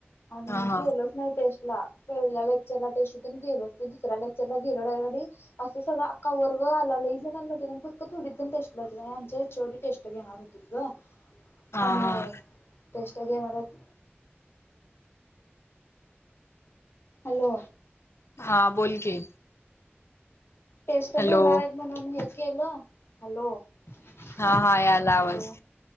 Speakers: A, on the left; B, on the left.
A: आणि
B: हा हा
A: गेलोच नाही टेस्ट ला पहिल्या लेक्चर ला तोशिकन गेलो ते दुसऱ्या लेक्चर ला गेलो <unintelligible> अस सगळ अख्खा वर् तो आला लई जणांमध्ये नंतर त थोडी जण टेस्ट ला होते आणि आमच्या एचओडी टेस्ट घेणार होते ग
B: हा
A: आणि
B: हा
A: टेस्ट घेणारोत हॅलो.
B: हा बोल की.
A: टेस्ट घेणार
B: हॅलो
A: आहेत म्हणून हे केलं हॅलो हॅलो
B: हा हा याला आवाज